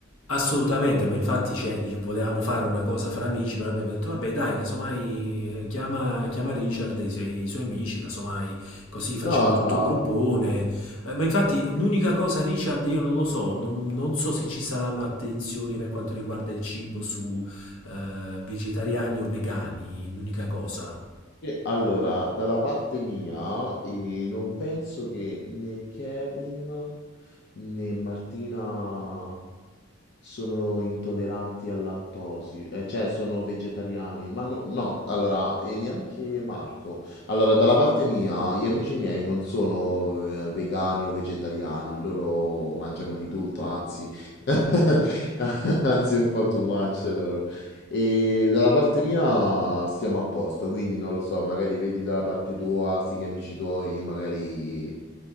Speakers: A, on the left; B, on the left.
A: Assolutamente, ma infatti cioè, dic- volevamo fare una cosa fra amici, però abbiamo detto vabbè dai, casomai eh, chiama, chiama Richard e i, suoi, i suoi amici, casomai così facciamo
B: No,
A: tutto
B: no.
A: un gruppone. Eh, ma infatti l'unica cosa Richard, io non lo so, non, non so se ci saranno attenzioni per quanto riguarda il cibo su eh, vegetariani o vegani, l'unica cosa.
B: Allora, dalla parte mia, eh, non penso che né Kevin né Martina sono intolleranti al lattosio, eh, cioè sono vegetariani, ma no, no, allora, e neanche Marco. Allora, dalla parte mia, gli amici miei non sono eh, vegani o vegetariani, loro mangiano di tutto, anzi, <laughs> anzi, è un po' too much loro. E dalla parte mia stiamo a posto, quindi non lo so, magari vedi dalla parte tua, se gli amici tuoi, magari... non